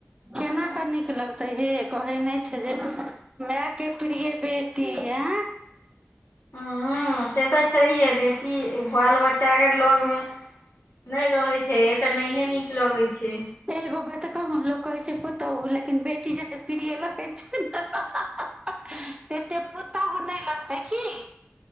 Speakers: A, on the right (about 20°); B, on the left (about 85°).
A: केना कऽ नीक लगतै हे कहै नहि छै जे मायके प्रिय बेटी आ
B: हुँ से तऽ छैहे बेटी बाल बच्चाके लोग मे नहि रहै छै तऽ नहि इ नीक लगै छै
A: एगो बतऽ कहँ लोक कहै छै पुतोहु लेकिन बेटी जेतेप्रिय लगै छै ने हह ह एते पुतोहु नहि लगतै की